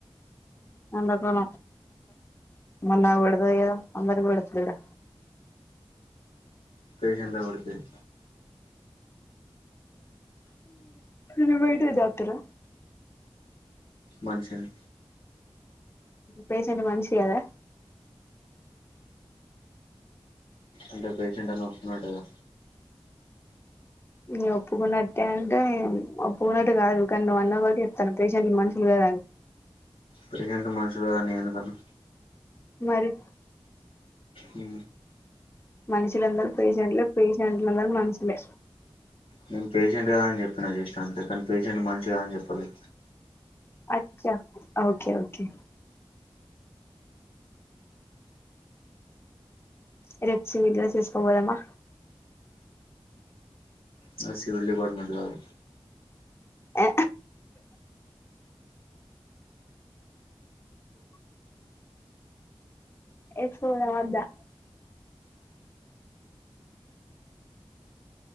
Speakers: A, on the left; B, on the left.
A: ఎండాకాలం మరి నాకు పెడుతది కదా అందరికీ పెడతా లేదా
B: పేషెంట్లు ఎవరు లేరు
A: నువ్వేంటిది డాక్టర్ ఆ
B: మనిషిని
A: పేషంటు మనిషి కాదా
B: అంటే పేషెంట్ అని ఒప్పుకున్నట్టే కదా
A: ఇంగా ఒప్పుకున్నట్టే అంటే ఒప్పుకున్నట్టు కాదు కానీ నువ్వు అన్నావ్ కాబట్టి చెప్తాను పేషెంట్లు మనుషులు కాదా అని
B: పేషెంట్లు మనుషులు కాదని నేనెందుకన్నా
A: మరి
B: ఊ
A: మనుషులందరూ పేషంట్లే పేషంట్లందరూ మనుషులే
B: నేను పేషెంట్ కదా అని చెప్పిన జస్ట్ అంతేకానీ పేషెంట్ మనుషు కాదని చెప్పలే
A: అచ్చ ఓకే ఓకే రేపు సివిల్ డ్రెస్ వేసుకొని పోదామా
B: నాది సివిల్ డిపార్ట్మెంట్ కాదు
A: ఆ ఏసుకుపోదామా వద్దా